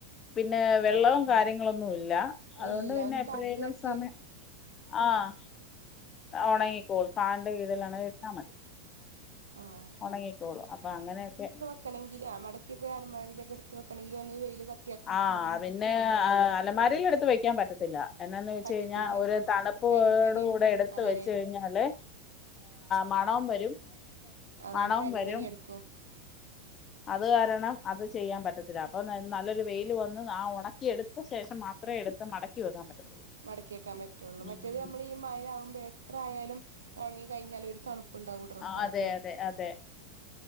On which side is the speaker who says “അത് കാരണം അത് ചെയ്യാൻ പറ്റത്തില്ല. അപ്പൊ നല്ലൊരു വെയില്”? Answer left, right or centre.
Left